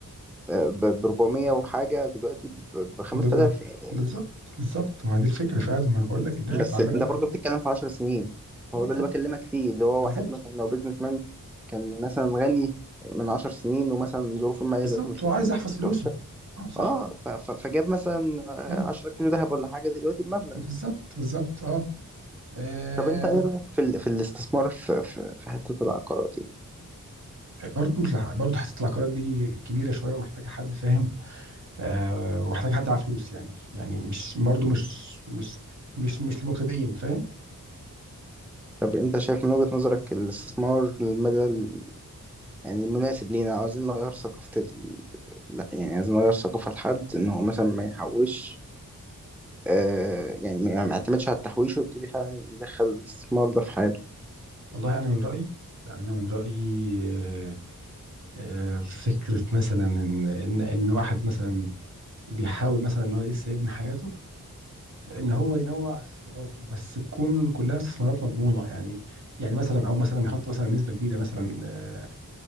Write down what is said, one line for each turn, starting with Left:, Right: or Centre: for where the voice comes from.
Centre: ب 400 وحاجة دلوقتي ب 5000
Right: بال-
Centre: يعني
Right: بالظبط بالظبط ما هي دي الفكره فعلا ما انا بقول لك الذهب
Centre: بس
Right: على المدى
Centre: انت
Right: البعيد
Centre: برضه بتتكلم في 10 سنين
Right: اه
Centre: هو
Right: اه
Centre: ده اللي بكلمك فيه اللي هو
Right: بالظبط
Centre: واحد مثلا لو بيزنس مان كان مثلا غني من 10 سنين ومثلا ظروفه المالية
Right: بالظبط
Centre: دلوقتي مش
Right: وعايز
Centre: مش
Right: يحفظ فلوسه
Centre: وحشة
Right: اه صح
Centre: اه ف- ف- فجاب مثلا
Right: مم.
Centre: 10 كيلو ذهب ولا حاجة دلوقتي بمبلغ
Right: بالظبط بالظبط اه آه،
Centre: طب انت ايه رأيك في ال... في الاستثمار في في في حتة العقارات يعني
Right: برضو الع- برضو حته العقارات دي كبيره شويه ومحتاجه حد فاهم آه ومحتاجه حد على فلوس يعني يعني مش برضو مش مش مش مش للمبتدئين فاهم
Centre: طب انت شايف من وجهة نظرك الاستثمار المدى يعني مناسب لينا عاوزين نغير ثقافة ال... لا يعني عايزين نغير ثقافة لحد إن هو مثلا ما يحوش آه يعني ما ما يعتمدش على التحويش ويبتدي فعلا يدخل الاستثمار ده في حياته
Right: والله انا من رايي يعني انا من رايي آه آه فكره مثلا ان ان ان واحد مثلا بيحاول مثلا ان هو لسه يبني حياته ان هو ينوع استثماراته بس تكون كلها استثمارات مضمونه يعني يعني مثلا او مثلا يحط مثلا نسبه كبيره مثلا آه،